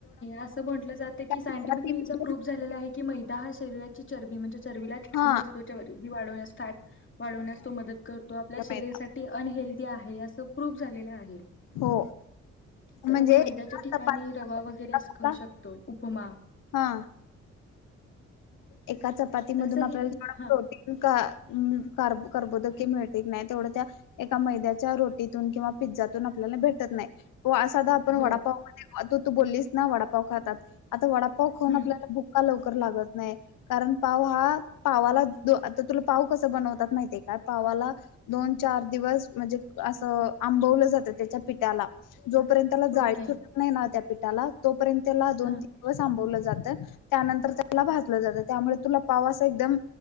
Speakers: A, on the left (about 40°); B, on the left (about 80°).
A: असं म्हट जाते की सायंटिफिकलीचा
B: चपातीमधून
A: प्रूफ झालेला आहे की मैदा हा शरीराची चरबी म्हणजे चरबीला चिटकून
B: हा
A: बसतो चरबी वाढवण्यास फॅट वाढवण्यास तो मदत करतो आपल्या शरीरसाठी
B: मैदा.
A: अनहेल्दीी आहे असं प्रूफ झालेल आहे
B: हो म्हणजे
A: तर आपण मैद्याच्या
B: एका
A: ठिकाणी
B: चपाती
A: रवा वगैरे असं खाऊ शकतो उपमा
B: हा. एका चपाती मधून
A: तर असं
B: आपल्याला
A: हेल्दी
B: थोडा
A: हां,
B: प्रोटी का कार कारबोदकी मिळते नाही तेवढ्या त्या एका मैद्याच्या रोटीतून किंवा पिझ्जातून आपल्याला भेटत नाही साधा आपण
A: हो,
B: वडापाव म तू तू बोललीस ना वडापाव खातात आता वडापाव खाऊन
A: हं,
B: आपल्या का लवकर लागत नाही कारण पाव हा पावाला द आता तुला पाव कसा बनवतात माहिती आहे का पावाला दोन चार दिवस म्हणजे असं आंबवलं जातं त्याच्या पिठ्याला जोपर्यंत त्याला जाळी
A: ओके,
B: सुटत नाही ना त्या पीठाला तोपर्यंत त्याला दोन
A: हां,
B: तीन थांबवलं जातं त्यानंतर त्याला भाजलं जातं त्यामुळे तुला पावास एकदम